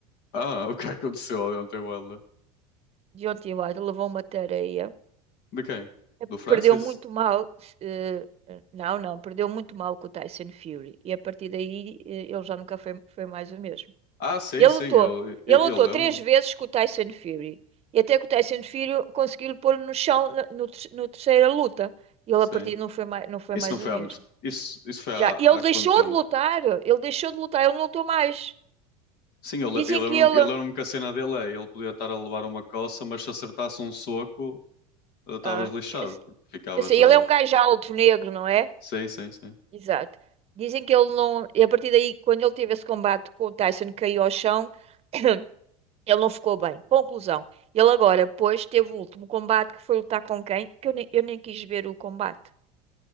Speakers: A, on the left; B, on the right.
A: Ah, <laughs> o que é que aconteceu ao Deontay Wilder?
B: Deontay Wilder levou uma tareia.
A: De quem?
B: É,
A: Do Francis?
B: Perdeu muito mal. eh, não, não. Perdeu muito mal com o Tyson Fury. E a partir daí eh, ele já nunca foi, foi mais o mesmo.
A: Ah, sim,
B: Ele
A: sim,
B: lutou.
A: eu, eu,
B: Ele lutou
A: eu lembro-me.
B: três vezes com o Tyson Fury. E até que o Tyson Fury conseguiu pôr no chão na no ter- no terceira luta. E ele
A: Sim.
B: a partir daí não foi mais, não foi
A: Isso
B: mais
A: não foi
B: o mesmo.
A: há muito. Isso, isso foi
B: Já.
A: há, há
B: E ele deixou
A: quanto tempo?
B: de lutar. Ele deixou de lutar. Ele não lutou mais.
A: Sim, eu, le-
B: Dizem
A: eu lembro-me
B: que ele.
A: eu lembro-me que a cena dele é: ele podia estar a levar uma coça, mas se acertasse um soco, estavas
B: Ah,
A: lixado,
B: eu
A: porque ficava
B: eu sei,
A: já.
B: ele é um gajo alto, negro, não é?
A: Sim, sim, sim.
B: Exato. Dizem que ele não. E a partir daí, quando ele teve esse combate com o Tyson, que caiu ao chão, <coughs> <clears throat> ele não ficou bem. Conclusão. Ele agora, pois, teve o último combate que foi lutar com quem? Que eu nem, eu nem quis ver o combate.